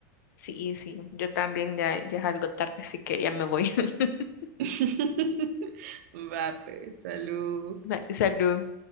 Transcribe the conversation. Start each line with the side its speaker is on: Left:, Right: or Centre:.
Left: Sí, sí, yo también ya, ya es algo tarde, así que ya me voy. <laughs>
Right: <laughs> Va, pues, salud.
Left: Bye, Salud.